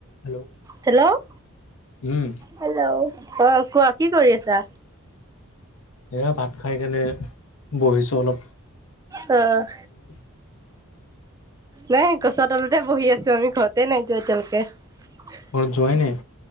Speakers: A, on the left; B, on the right.
A: Hello
B: hello
A: উম
B: hello অ' কোৱা কি কৰি আছা?
A: এয়া ভাত খাই কেনে বহিছো অলপ।
B: অ'।
A: <inaudible>
B: নাই গছৰ তলতে বহি আছো আমি ঘৰতে নাই যোৱা এতিয়ালৈকে।
A: ঘৰত যোৱাই নাই?